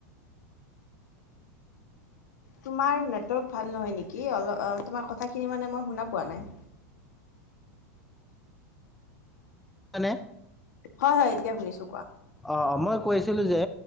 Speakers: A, on the left (about 85°); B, in the centre.
A: তোমাৰ নেটৱৰ্ক ভাল নহয় নেকি অল তোমাৰ কথাখিনি মানে মই শুনা পোৱা নাই।
B: হয়নে?
A: হয় হয় এতিয়া শুনিছো কোৱা।
B: অ' মই কৈছিলোঁ যে